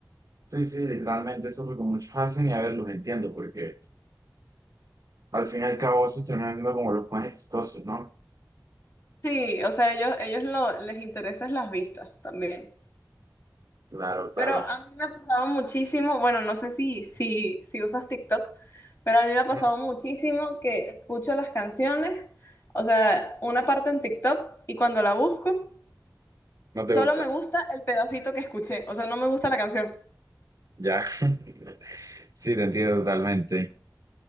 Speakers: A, on the right (about 55°); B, on the left (about 45°).
A: Sí, sí, literalmente eso es lo que muchos hacen y a ver, los entiendo porque al fin y al cabo esos terminan siendo como los más exitosos, ¿no?
B: Sí, o sea, ellos, ellos lo, les interesan las vistas también.
A: Claro, claro.
B: Pero a mí me ha pasado muchísimo, bueno, no sé si, si, si usas TikTok, pero a mí me ha pasado
A: Ujú.
B: muchísimo que escucho las canciones, o sea, una parte en TikTok y cuando la busco,
A: No te
B: solo
A: gusta.
B: me gusta el pedacito que escuché, o sea, no me gusta la canción.
A: Ya. <laughs> Sí, te entiendo totalmente.